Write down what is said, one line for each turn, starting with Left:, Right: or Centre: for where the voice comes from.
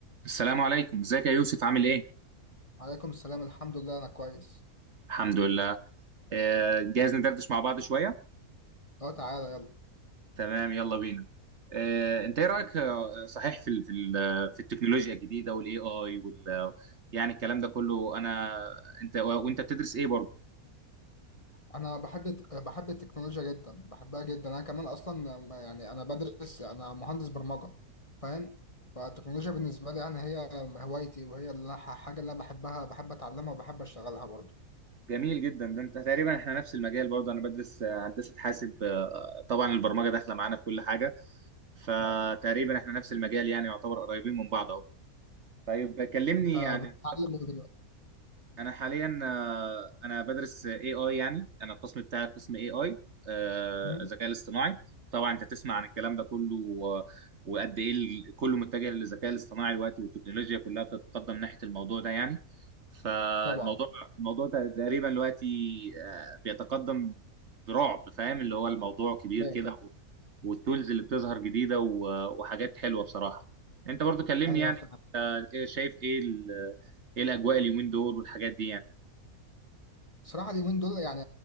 Right: السلام عليكم ازيك يا يوسف عامل ايه
Left: عليكم السلام الحمد لله انا كويس
Right: الحمد لله آه، جاهز ندردش مع بعض شويه
Left: اه تعالى يلا
Right: تمام يلا بينا آه، انت ايه رايك آه، صحيح في ال- في ال- في التكنولوجيا الجديده والاي اي وال يعني الكلام ده كله انا انت وانت بتدرس ايه برضه
Left: انا بحب الت- بحب التكنولوجيا جدا بحبها جدا انا كمان اصلا ما- يعني انا بدرس انا مهندس برمجة فاهم فالتكنولوجيا بالنسبة لي يعني هي هوايتي وهي اللي أنا- حاجة اللي انا بحبها بحب اتعلمها وبحب اشتغلها برضه
Right: جميل جدا ده انت تقريبا احنا نفس المجال برضه انا بدرس آه، هندسه حاسب آه، طبعا البرمجه داخله معانا في كل حاجه فتقريبا
Left: ده اكيد
Right: احنا نفس المجال يعني يعتبر قريبين من بعض اهو طيب كلمني
Left: انت
Right: يعني
Left: بتتعلم ايه دلوقتي
Right: انا حاليا آه، انا بدرس اي اي يعني انا القسم بتاعي قسم اي اي
Left: مهم.
Right: الذكاء الاصطناعي طبعا انت تسمع عن الكلام ده كله و- وقد ايه ال- كله متجه للذكاء الاصطناعي دلوقتي والتكنولوجيا كلها بتتقدم ناحية الموضوع ده يعني فالموضوع
Left: طبعا
Right: الموضوع ده تقريبا دلوقتي آه، بيتقدم برعب فاهم اللي هو الموضوع كبير
Left: ايوه
Right: كده
Left: طبعاً.
Right: و- والتولز اللي بتظهر جديدة و- وحاجات حلوة بصراحة انت برضو كلمني
Left: ايوه
Right: يعني
Left: فعلا
Right: آه، إيه- شايف ايه ايه الاجواء اليومين دول والحاجات دي يعني
Left: صراحة اليومين دول يعني